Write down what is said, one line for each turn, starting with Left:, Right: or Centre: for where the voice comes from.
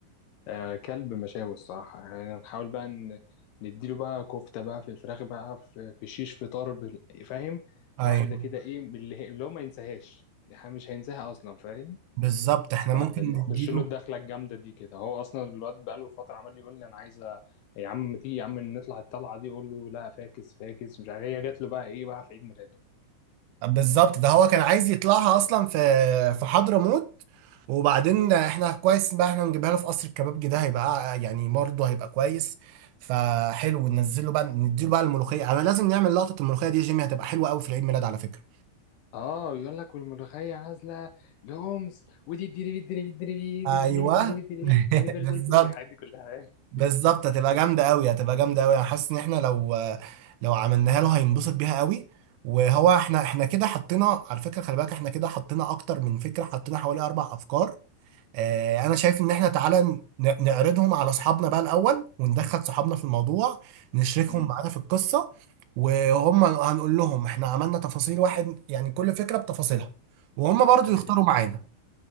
Left: آه، كلب مشاوي الصراحة يعني هنحاول بقى ن- نديله بقى كفتة بقى في فراخ بقى في في شيش في طرب فاهم
Right: ايوه
Left: واحدة كده ايه من اللي هي- اللي هو ما ينساهاش يعني مش هينساها اصلا فاهم
Right: بالظبط احنا
Left: فنخش
Right: ممكن نديله
Left: له الدخلة الجامدة دي كده هو اصلا الواد بقاله فترة عمال يقول لي انا عايز أ- يا عم ما تيجي يا عم نطلع الطلعة دي اقول له لا فاكس فاكس مش عارف إيه. هي جات له بقى ايه بقى في عيد ميلاده
Right: بالظبط ده هو كان عايز يطلعها اصلا في في حضرموت وبعدين احنا كويس بقى احنا نجيبها له في قصر الكبابجي ده هيبقى يعني برضه هيبقى كويس فحلو ننزله بقى نديله بقى الملوخيه انا لازم نعمل لقطه الملوخيه دي يا جيمي هتبقى حلوه قوي في العيد ميلاد على فكره
Left: اه يقول لك والملوخيه نازله لهمس ودي الدري الدري الدري
Right: ايوه
Left: دي الدري الدري الدري
Right: <laughs>
Left: هابي بيرثداي
Right: بالظبط
Left: تو الحاجات دي كلها <laughs>
Right: بالظبط هتبقى جامدة قوي هتبقى جامدة قوي انا حاسس ان احنا لو لو عملناها له هينبسط بيها قوي وهو احنا احنا كده حطينا على فكرة خلي بالك احنا كده حطينا اكتر من فكرة حطينا حوالي اربع افكار اه انا شايف ان احنا تعالى ن- نعرضهم على اصحابنا بقى الاول وندخل صحابنا في الموضوع نشركهم
Left: مم.
Right: معانا في القصة وهم هنقول لهم احنا عملنا تفاصيل واحد يعني كل فكرة بتفاصيلها وهم برضو
Left: ماشي
Right: يختاروا معانا